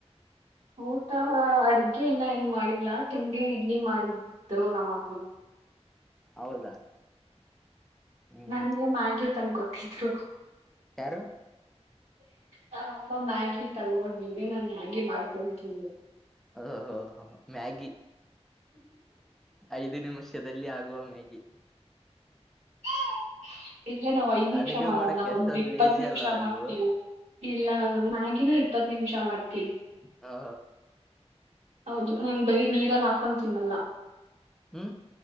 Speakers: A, on the right; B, in the centre.
A: ಊಟ ಅಡ್ಗೆ ಇನ್ನು ಏನು ಮಾಡಿಲ್ಲಾ, ತಿಂಡಿ ಇಡ್ಲಿ ಮಾಡಿದ್ರು ನಮ್ಮಮ್ಮೂ.
B: ಹೌದಾ. ಹ್ಮ್
A: ನನಗೆ ಮಾಗಿ ತಂದಕೊಟ್ಟಿದ್ರು.
B: ಯಾರು.
A: ಹ ಅಮ್ಮ ಮ್ಯಾಗಿ ತಗೋಬಂದಿದ್ರು ನ ಮ್ಯಾಗಿ ಮಾಡ್ಕೊಂಡ್ ತಿಂದೆ.
B: ಹೋ ಹ ಮ್ಯಾಗಿ ಐದು ನಿಮಿಷದಲ್ಲಿ ಆಗುವ ಮ ಮಾಗಿ.
A: ಹುಹೂ. ಇಲ್ಲೇ ನಾವ್ ಐದ್ ನಿಮಿಷ
B: ಅಡುಗೆ
A: ಮಾಡಲ್ಲ
B: ಮಾಡಕ್ ಎಷ್ಟೊಂದ್
A: ಒಂದ್ ಇಪ್ಪತ್ತು
B: ಲೇಜಿ
A: ನಿಮಿಷ
B: ಅಲ್ವಾ
A: ಮಾಡ್ತೀವಿ
B: ನೀವು
A: ಇಲ್ಲ ನಾನೊ ಮ್ಯಾಗಿನ ಇ ಇಪ್ಪತ್ತು ನಿಮಿಷ ಮಾಡ್ತೀವಿ.
B: ಹಾ.
A: ಹೌದು ನಾನ್ ಬರೀ ನೀರಲ್ಲಿ ಹಾಕೊಂಡ್ ತಿನ್ನಲ್ಲಾ.
B: ಹ್ಮ್.